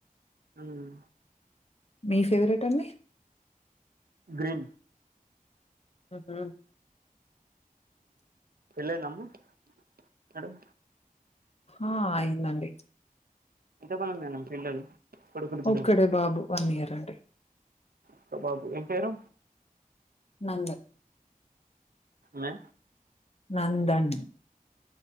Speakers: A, on the right (about 85°); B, on the left (about 45°).
A: ఉమ్
B: మీ ఫేవరెట్ అండి
A: గ్రీన్
B: మ్మ్ హ్మ్
A: వెళ్లి నమ్మ మేడం
B: ఆ అయిందండి
A: ఎంతమంది మేడం పిల్లలు కొడుకులు బిడ్డలు
B: ఒక్కడే బాబు వన్ ఇయర్ అం
A: ఒక్క బాబు ఏం పేరు
B: నంద్
A: మే
B: నందన్